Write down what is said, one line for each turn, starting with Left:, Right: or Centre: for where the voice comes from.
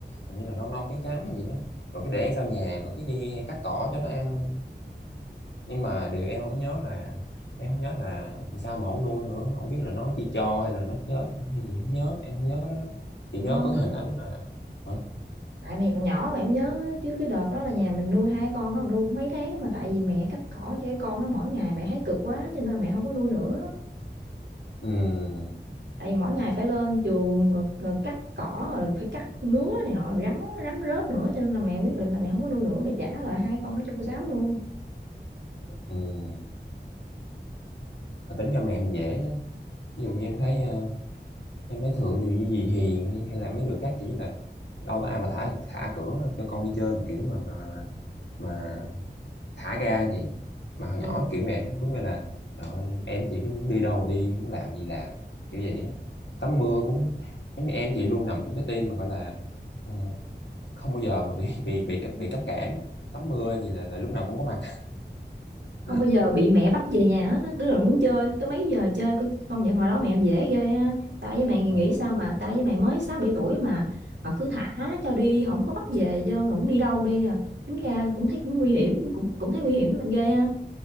Left: hình như là nâu nâu trắng trắng hay gì đó rồi cái để ăn sau nhà rồi cái đi cắt cỏ cho nó ăn nhưng mà điều em không nhớ là em không nhớ là sao mà không nuôi nữa không biết là nó chỉ cho hay là nó chết hay gì không nhớ em không nhớ cái đó lắm chỉ nhớ
Right: không
Left: có
Right: cái,
Left: cái hình ảnh mà hả
Right: tại mẹ còn nhỏ mẹ không nhớ chứ cái đợt đó là nhà mình nuôi hai con nó nuôi cũng mấy tháng mà tại vì mẹ cắt cỏ cho cái con nó mỗi ngày mẹ thấy cực quá cho nên là mẹ không có nuôi nữa
Left: ừm
Right: tại vì mỗi ngày phải lên chuồng rồi, rồi cắt cỏ rồi phải cắt ngứa này nọ rồi rắn rắn rết nữa cho nên là mẹ quyết định là mẹ không có nuôi nữa mẹ trả lại hai con đó cho cô Sáu luôn
Left: ừm mà tính ra mẹ em dễ á ví dụ như em thấy ờ, em thấy thường dù như dì Hiền hay, hay là mấy người khác kiểu như là đâu có ai mà thả thả cửa cho con đi chơi mà kiểu mà mà mà, mà thả ga vậy mà hồi nhỏ
Right: ừ
Left: kiểu mẹ đúng nghĩa là rồi em chị muốn đi đâu đi muốn làm gì làm kiểu vậy đó tắm mưa cũng giống như em chị luôn nằm trong cái team mà gọi là ờ, không bao giờ mà bị bị bị bị cấm cản tắm mưa gì là là lúc nào cũng có mặt
Right: không
Left: <laughs>
Right: bao giờ bị mẹ bắt về nhà hết á. đứa nào muốn chơi tới mấy giờ chơi con- công nhận hồi đó mẹ dễ ghê ha tao với mày nghĩ
Left: ừ.
Right: sao mà tao với mày mới sáu bảy tuổi mà mà cứ thả cho đi không có bắt về chứ không đi đâu đi à tính ra cũng thấy cũng nguy hiểm cũng cũng thấy nguy hiểm là ghê ha